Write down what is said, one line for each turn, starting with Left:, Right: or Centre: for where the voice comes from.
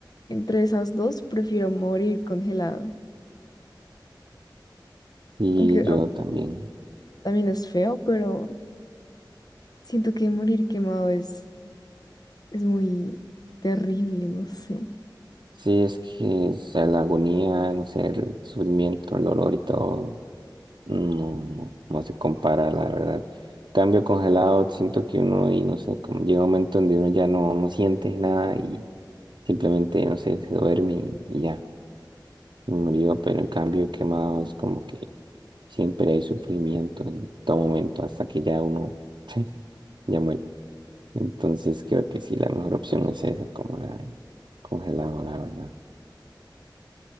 Left: entre esas dos prefiero morir congelado,
Right: Y
Left: aunque
Right: yo también.
Left: obviamente también es feo, pero siento que morir quemado es, es muy terrible, no sé.
Right: Sí, es que o sea, la agonía, no sé, el sufrimiento, el dolor y todo, no, no, no se compara, la verdad. Cambio congelado, siento que uno, y no sé, como llega un momento donde uno ya no, no siente nada y simplemente, no sé, se duerme y, y ya, y murió, pero en cambio quemado es como que siempre hay sufrimiento en todo momento hasta que ya uno, <laughs> ya muere. Entonces creo que sí, la mejor opción es esa, como la de congelado, la verdad.